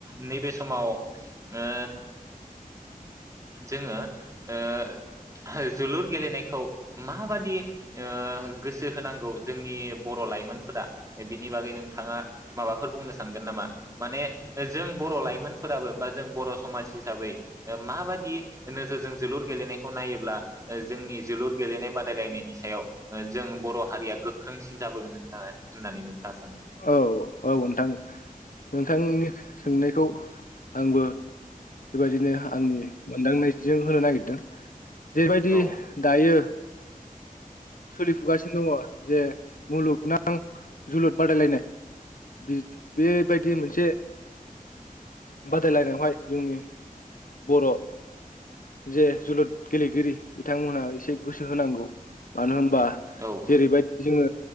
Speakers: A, on the right (about 20°); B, on the left (about 65°).
A: नैबे समाव ओ जोङो ओ जोलुर गेलेनायखौ माबादि ओ गोसो होनांगौ जोंनि बर लाइमोनफोरा बिनि बागै नोंथाङा माबाफोर बुंनो सानगोन नामा माने जों बर' लाइमोनफोराबो बा जों बर' समाजसि हिसाबै ओ माबादि नोजोरजों जोलुर गेलेनायखौ नायोब्ला ओ जोंनि जोलुर गेलेनाय बादायलायनायनि सायाव ओ जों बर' हारिया गोख्रोंसिन जाबोगोन होना होननानै नोंथाङा सानो?
B: औ औ नोंथां नोंथांनि सोंनायखौ आंबो बेबायदिनो आंनि मोनदांनायजों होनो नागिरदों जेरैबायदि
A: औ
B: दायो। सोलिफुगासिनो दङ जे मुलुगनां जोलुर बादायलायनाय बि बेबायदि मोनसे बादायलायनायावहाय जोंनि बर' जे जोलुद गेलेगिरि बिथांमोनहा एसे गोसो होनांगौ। मानो होम बा
A: औ
B: जेरैबायदि जोङो